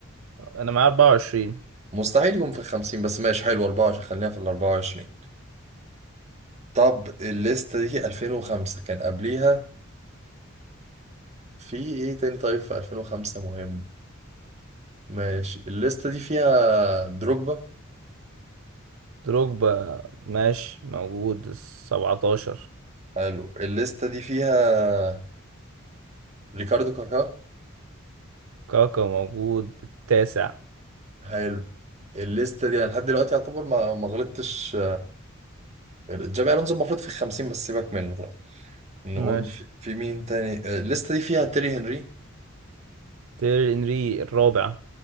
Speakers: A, on the right (about 80°); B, on the right (about 35°).
A: انا معايا 24
B: مستحيل يكون في الخمسين بس ماشي حلو 24 خلينا في الأربعة وعشرين طب الليستة دي 2005 كان قبليها في ايه تاني طيب في 2005 مهم ماشي الليستة دي فيها دروجبا
A: دروجبا ماشي موجود ال 17
B: حلو الليستة دي فيها ريكاردو كاكا
A: كاكا موجود التاسع
B: حلو الليستة دي انا لحد دلوقتي يعتبر ما ما غلطتش جابي الونزو المفروض في الخمسين بس سيبك منه طيب نقول
A: ماشي
B: في في مين تاني آه، الليسته دي فيها تيري هنري
A: تيري انري الرابع